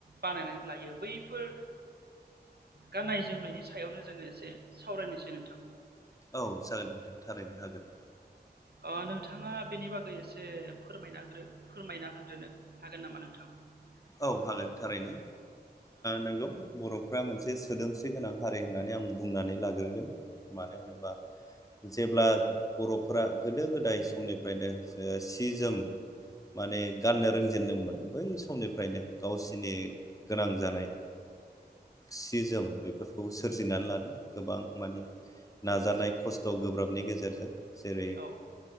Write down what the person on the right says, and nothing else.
बानायनानै लायो बैफोर गाननाय जोमनायनि सायावनो जोङो एसे सावरायनो सै नोंथां
अ नोंथाङा बेनि बागै एसे फोरमाय फोरमायना होग्रोनो हागोन नामा नोंथां
औ